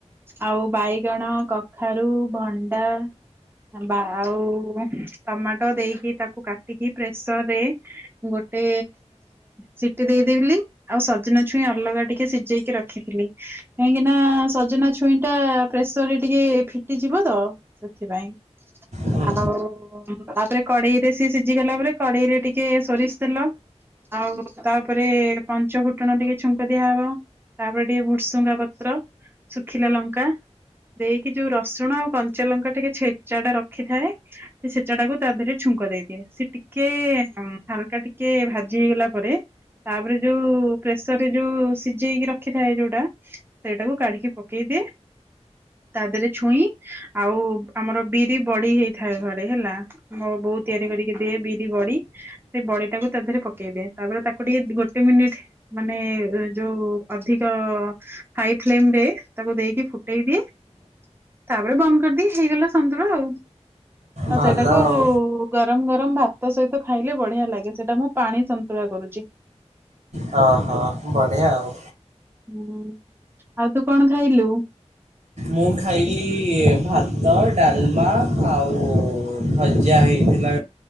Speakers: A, on the right; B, on the right.
A: ଆଉ ବାଇଗଣ କଖାରୁ ଭଣ୍ଡା ବା ଆଉ ଟମାଟ ଦେଇକି ତାକୁ କାଟିକି ପ୍ରେସର୍ ରେ ଗୋଟେ ସି ଟି ଦେଇଦେଲି ଆଉ ସଜନା ଛୁଇଁ ଅଲଗା ଟିକେ ସିଜେଇକି ରଖିଥିଲି କାହିଁକିନା ସଜନା ଛୁଇଁ ଟା ପ୍ରେସର୍ ରେ ଟିକେ ଫିଟିଯିବ ତ ସେଥିପାଇଁ
B: ହୁଁ
A: ଆଉ ଓ ତାପରେ କଡେଇରେ ସିଏ ସିଝି ଗଲା ପରେ କଡେଇ ରେ ଟିକେ ସୋରିଷ ତେଲ ଆଉ ତାପରେ ପଞ୍ଚ ଫୁଟଣ ଟିକେ ଛୁଙ୍କ ଦିଆହବ ତାପରେ ଟିକେ ଭୂର୍ସୁଙ୍ଗା ପତ୍ର ଶୁଖିଲା ଲଙ୍କା ଦେଇକି ଯୋଉ ରସୁଣ ଆଉ କଞ୍ଚାଲଙ୍କା ଟିକେ ଛେଚା ଟା ରଖିଥାଏ ସେ ଛେଚା ଟାକୁ ତା ଦେହରେ ଛୁଙ୍କ ଦେଇଦିଏ। ସେ ଟିକେ ହାଲକା୍ ଟିକେ ଭାଜି ହେଇଗଲା ପରେ ତାପରେ ଯୋଉ ପ୍ରେସର୍ ରେ ଯୋଉ ସିଜେଇକି ରଖିଥାଏ ଯୋଉଟା ସେଟାକୁ କାଢ଼ିକି ପକେଇଦିଏ ତା ଦେରେ ଛୁଇଁ ଆଉ ଆମର ବିରି ବଡ଼ି ହେଇଥାଏ ଘରେ ହେଲା ମୋ ବୋଉ ତିଆରି କରିକି ଦିଏ ବିରି ବଡ଼ି ସେ ବଡି ଟାକୁ ତା ଦେହରେ ପକେଇଦିଏ ତାପରେ ତା କୁ ଟିକେ ଗୋଟେ ମିନିଟ୍ ମାନେ ଯୋଉ ଅଧିକ ହାଇ ଫ୍ଲେମ୍ ରେ ତାକୁ ଦେଇକି ଫୁଟେଇ ଦିଏ ତାପରେ ବନ୍ଦ କରିଦିଏ ହେଇଗଲା ସନ୍ତୁଳା ଆଉ ଆଉ
B: ଭଲ
A: ସେଇଟାକୁ
B: ଆଉ।
A: ଗରମ ଗରମ ଭାତ ସହିତ ଖାଇଲେ ବଢ଼ିଆ ଲାଗେ ସେଇଟା ମୁଁ ପାଣି ସନ୍ତୁଳା କରୁଚି।
B: ହଁ ହଁ ବଢ଼ିଆ ଆଉ
A: ହୁଁ ଆଉ ତୁ କଣ ଖାଇଲୁ?
B: ମୁଁ ଖାଇଲି ଭାତ ଡାଲମା ଆଉ ଭଜା ହେଇଥିଲା